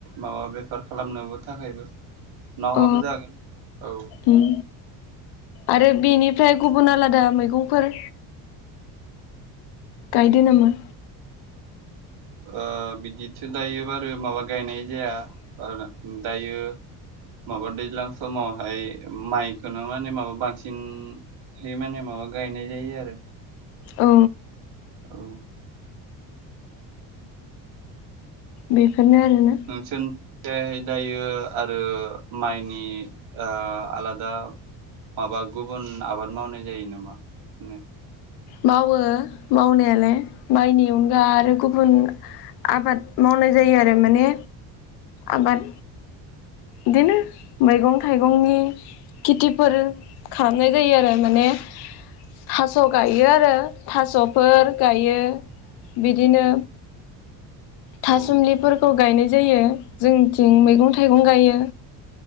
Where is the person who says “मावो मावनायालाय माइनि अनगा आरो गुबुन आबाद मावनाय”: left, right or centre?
Left